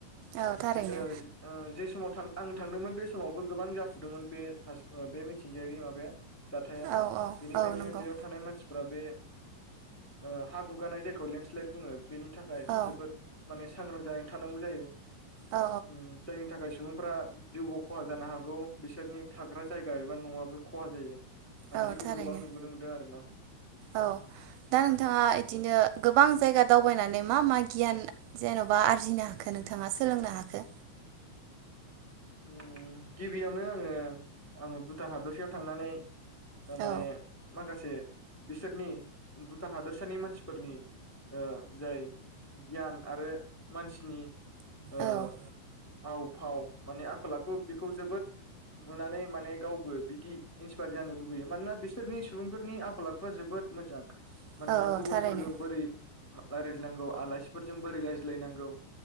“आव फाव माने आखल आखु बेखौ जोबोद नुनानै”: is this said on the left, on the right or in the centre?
Centre